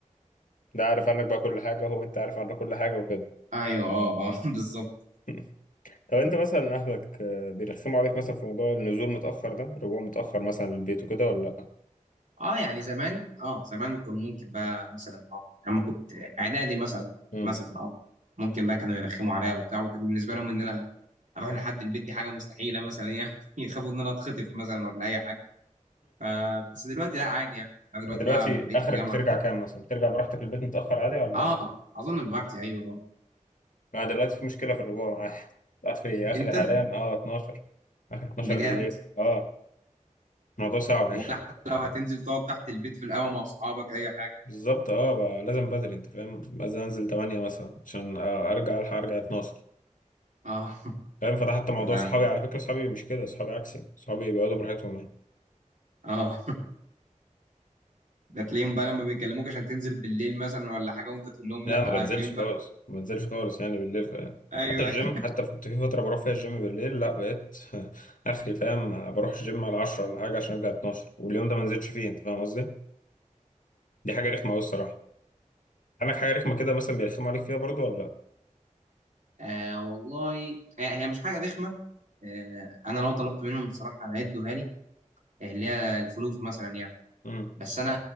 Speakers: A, on the left (about 80°); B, on the right (about 70°).
A: ده عارف عنك بقى كل حاجة هو أنت عارف عنه كل حاجة وكده
B: ايوه اه اه <laughs> بالظبط
A: <laughs> طب أنت مثلا أهلك آه، بيرخموا عليك مثلا في موضوع النزول متأخر ده الرجوع متأخر مثلا للبيت وكده ولا لأ؟
B: اه يعني زمان اه زمان كان ممكن بقى مثلا اه لما كنت اعدادي مثلا
A: مم.
B: مثلا اه ممكن بقى كانوا يرخموا عليا وبتاع وكان بالنسبه لهم ان انا اروح لحد البيت دي حاجه مستحيله مثلا يعني <laughs> يخافوا ان انا اتخطف مثلا ولا اي حاجه ف بس دلوقتي لا عادي يعني انا دلوقتي
A: <laughs> دلوقتي
B: بقى لما بقيت
A: آخرك
B: في الجامعه
A: بترجع كام مثلا؟ بترجع براحتك البيت متأخر عادي ولا؟
B: اه اظن براحتي ايوه آه.
A: أنا دلوقتي في مشكلة في الرجوع معايا <laughs> آخري آخري
B: انت
A: حاليا أه 12 آخر 12
B: بجد
A: بالليل أه الموضوع صعب يعني
B: ولا
A: <laughs>
B: حتى لو هتنزل تقعد تحت البيت في القهوة مع أصحابك أي حاجة
A: بالظبط أه بقى لازم بدري أنت فاهم؟ لازم أنزل 8 مثلا عشان آه، أرجع ألحق أرجع 12
B: اه
A: فاهم فده حتى موضوع
B: اه
A: صحابي على فكرة صحابي مش كده صحابي عكسي صحابي بيقعدوا براحتهم يعني
B: اه ده تلاقيهم بقى لما بيكلموك عشان تنزل بالليل مثلا ولا حاجة وأنت تقول لهم
A: لا
B: لأ
A: ما بنزلش
B: هتلاقيهم
A: خالص
B: بقى
A: ما بنزلش خالص يعني بالليل يعني.
B: <laughs> أيوه
A: حتى الجيم
B: أيوه
A: حتى كنت في فترة بروح فيها الجيم بالليل لا بقيت <laughs> آخري فاهم بروح الجيم على 10 ولا حاجة عشان أرجع 12 واليوم ده ما نزلتش فيه أنت فاهم قصدي؟ دي حاجة رخمة أوي الصراحة عندك حاجة رخمة كده مثلا بيرخموا عليك فيها برضو ولا لأ؟
B: آه والله آه هي مش حاجة رخمة آه أنا لو طلبت منهم بصراحة هيدوها لي آه، اللي هي الفلوس مثلا يعني
A: امم
B: بس أنا